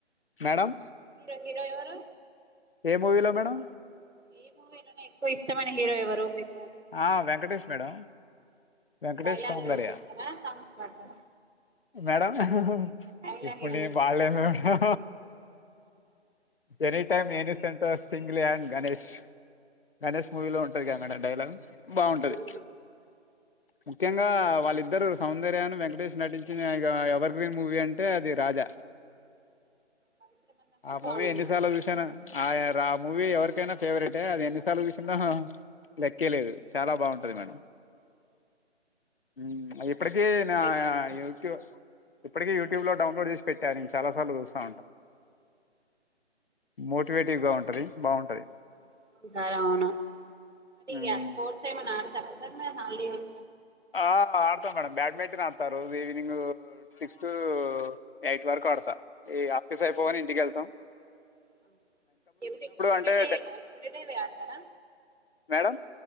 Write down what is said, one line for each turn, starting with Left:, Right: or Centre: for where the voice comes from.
Left: మేడం
Right: హీరో మీరెవరు
Left: ఏ మూవీలో మేడం.
Right: ఏ మూవీలోనే ఎక్కువ ఇష్టమైన హీరో ఎవరు మీకు.
Left: ఆహ్ వెంకటేష్ మేడం. వెంకటేష్
Right: డైలాగులు
Left: సౌందర్య
Right: ఏమన్నా చెప్తారా సాంగ్స్ పాడతారా.
Left: మేడం అహ్ అహ్
Right: డైలాగ్
Left: ఇప్పుడు
Right: ఏమైనా
Left: నేను
Right: చెప్తారా
Left: బాలేను madam any time any centre single హన్డ్ Ganesh Ganesh మూవీలో ఉంటది గా మేడం డైలాగూ బాగుంటది
Right: అవునా
Left: ముఖ్యంగా వాళ్ళిద్దరు సౌందర్యాను వెంకటేష్ నటించిన ఇగా ఎవర్ గ్రీన్ మూవీ అంటే అది రాజా
Right: పవిత్ర బంధం కూడా
Left: ఆ మూవీ
Right: బానే
Left: ఎన్నిసార్లు
Right: ఉంటది
Left: జూసానో. ఆహ్ రా మూవీ ఎవరికైనా ఫేవరెటే అది ఎన్నిసార్లు చూసిన్నో లెక్. లెక్కే
Right: చూడబుద్ధి
Left: లేదు చాలా
Right: అయితనే
Left: బాగుంటది
Right: ఉంటది
Left: మేడం. ఉమ్
Right: ఎన్నిసార్లు
Left: అదిప్పట్కీ
Right: చూస్తాం లెక్కలే
Left: నా
Right: అయితుంది
Left: నా యొక్క్యో. ఇప్పటికి యూట్యూబ్ లో డౌన్లోడ్ జేశి పెట్టా నేన్ చాల సార్లు చూస్తావుంటా. మోటివేటివ్గా ఉంటది బాగుంటది.
Right: అవును సార్ అవును మరి
Left: మ్మ్
Right: ఆ స్పోర్ట్స్ ఏమైనా ఆడతారా సార్ మరి. ఆహ్ న్యూస్ల.
Left: ఆ ఆడతా మేడం బ్యాడ్మింటన్ ఆడతారు రోజ్ ఈవినింగ్ సిక్స్ టూ ఎయిట్ వరకు ఆడ్త. ఇగ ఆఫ్ఫిస్ అయిపోగానే ఇంటికెళ్తాం.
Right: అవునా ఎవ్రీడే ఎవరీ
Left: అంటే
Right: డే ఎవరీ డేన ఆడతారా.
Left: మేడం